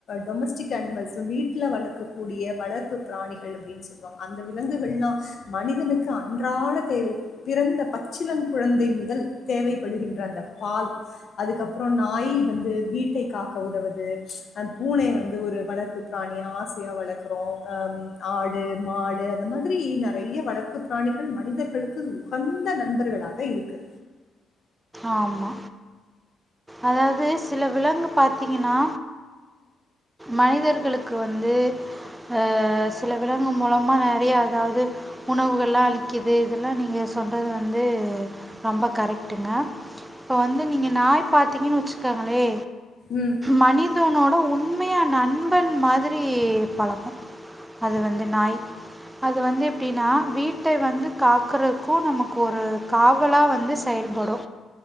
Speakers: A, on the left; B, on the right.
A: டொமஸ்டிக் அனிமல்ஸ் வீட்டுல வளர்க்கக்கூடிய வளர்ப்பு பிராணிகள் அப்டின்னு சொல்லுவாங்க அ அந்த விலங்குகள்லா மனிதனுக்கு அன்றாட தேவை பிறந்த பச்சிளம் குழந்தை முதல் தேவைப்படுகின்ற அந்த பால் அதுக்கப்புறோ நாய் வந்து வீட்டை காக்க உதவது அ பூனை வந்து ஒரு வளர்ப்பு பிராணியா ஆசையா வளர்க்குறோ ஆ ஆடு மாடு அந்த மாதிரி நறையா வளர்ப்பு பிராணிகள் மனிதர்களுக்கு உகந்த நண்பர்களாக இருக்கு
B: ஆமா அதாவது சில விலங்கு பாத்தீங்கன்னா மனிதர்களுக்கு வந்து ஆ சில விலங்கு மூலமா நறையா அதாவது உணவுகள்லா அளிக்குது இதெல்லா நீங்க சொல்றது வந்து ரொம்ப கரெக்ட்ங்க இப்ப வந்து நீங்க நாய் பார்த்தீங்கன்னு வச்சுக்கங்களே
A: ம்
B: மனி மனிதனோட உண்மையா நண்பன் மாதிரி பழகு அது வந்து நாய் அது வந்து எப்படின்னா வீட்டை வந்து காக்கறதுக்கு நமக்கு ஒரு காவலா வந்து செயல்படு